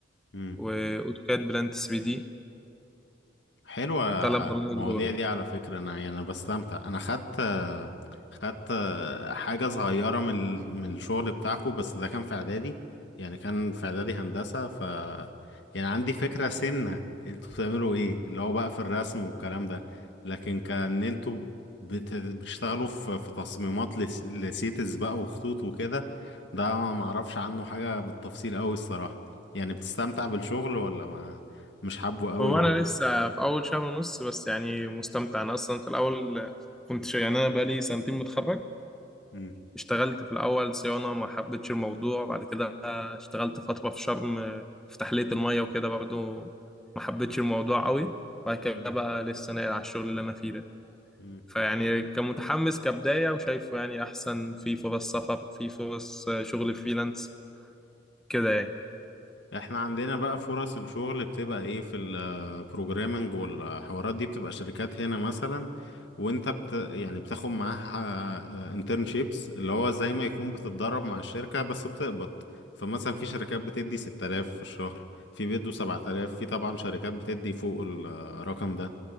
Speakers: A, on the left; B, in the centre.
A: مم.
B: وأوتوكاد بلانت 3 دي
A: حلوة
B: تلات برامج
A: المواضيع
B: دول
A: دي على فكرة أنا يعني أنا بستمتع أنا خدت خدت حاجة صغيرة من ال- من الشغل بتاعكو بس ده كان في إعدادي يعني كان في إعدادي هندسة ف يعني عندي فكرة سنة انتوا بتعملوا إيه اللي هو بقى في الرسم والكلام ده لكن كان انتوا بت... بتشتغلوا في... في تصميمات لس... لسيتس بقى وخطوط وكده ده ما معرفش عنه حاجة بالتفصيل أوي الصراحة يعني بتستمتع بالشغل ولا ما مش حابه قوي
B: هو
A: ولا
B: أنا
A: ايه
B: لسه في أول شهر ونص بس يعني مستمتع أنا أصلا في الأول كنت شا- يعني أنا بقالي سنتين متخرج
A: مم.
B: اشتغلت في الأول صيانة ما حبيتش الموضوع بعد كده اشتغلت فترة في شرم آه، في تحلية المية وكده برضه ما حبيتش الموضوع قوي بعد كده
A: مم.
B: بقى لسه ناقل على الشغل اللي أنا فيه ده
A: مم.
B: فيعني كمتحمس كبداية وشايفه يعني أحسن في فرص سفر في فرص آه، شغل فريلانس كده يعني
A: احنا عندنا بقى فرص الشغل بتبقى ايه في البروجرامنج والحوارات دي بتبقى شركات هنا مثلا وانت بت يعني بتاخد معاها انترنشيبس اللي هو زي ما يكون بتتدرب مع الشركة بس بتقبض فمثلا في شركات بتدي 6000 في الشهر في بيدوا 7000 في طبعا شركات بتدي فوق الرقم ده